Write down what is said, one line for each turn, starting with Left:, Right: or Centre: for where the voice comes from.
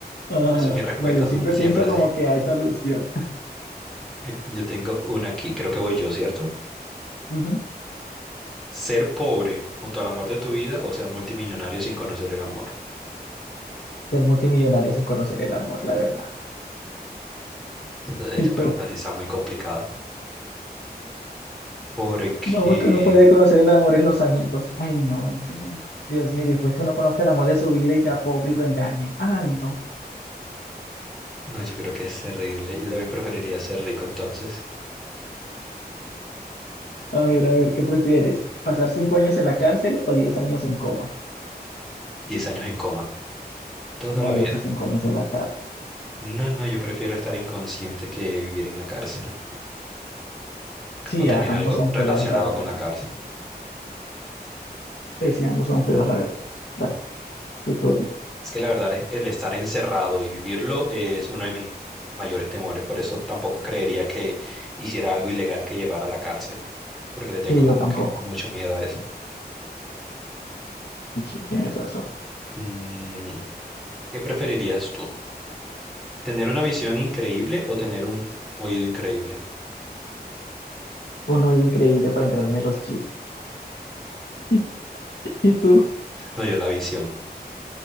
Left: Ajá.
Centre: Entonces mis respuestas
Left: No, yo siempre
Centre: son siempre
Left: pienso
Centre: así.
Left: como que hay solución.
Centre: Yo tengo una aquí, creo que voy yo, ¿cierto?
Left: Ujú.
Centre: Ser pobre junto al amor de tu vida o ser multimillonario sin conocer el amor.
Left: Ser multimillonario sin conocer el amor, la verdad.
Centre: Entonces,
Left: <laughs> ¿Y
Centre: esa
Left: tú?
Centre: pregunta sí está muy complicada. Porque,
Left: No, porque uno puede conocer el amor en los amigos. Ay, no, es que eso- Dios mío, y después que uno conozca el amor de su vida y sea pobre y lo engañen. Ay, no.
Centre: no, yo creo que es terrible. Yo también preferiría ser rico entonces.
Left: A ver, a ver, ¿qué prefieres? ¿Pasar cinco años en la cárcel o diez años en coma?
Centre: diez años en coma, toda
Left: No,
Centre: la vida.
Left: yo sí cinco años en la cárcel.
Centre: No, no, yo prefiero estar inconsciente que vivir en la cárcel
Left: Sí,
Centre: o tener
Left: a- ambos
Centre: algo
Left: son
Centre: relacionado
Left: feos, la verdad.
Centre: con la cárcel.
Left: Pues sí, ambos son feos, la verdad. Dale, tu turno.
Centre: Es que la verdad es el estar encerrado y vivirlo es uno de mis mayores temores. Por eso tampoco creería que hiciera algo ilegal que llevara a la cárcel, porque le tengo
Left: Sí, yo
Centre: como
Left: tampoco.
Centre: que mucho miedo a eso.
Left: Sí, sí, tienes razón.
Centre: Mm, ¿qué preferirías tú? ¿Tener una visión increíble o tener un oído increíble?
Left: Un oído increíble para enterarme de los chismes. <laughs> ¿Y tú?
Centre: No, yo la visión.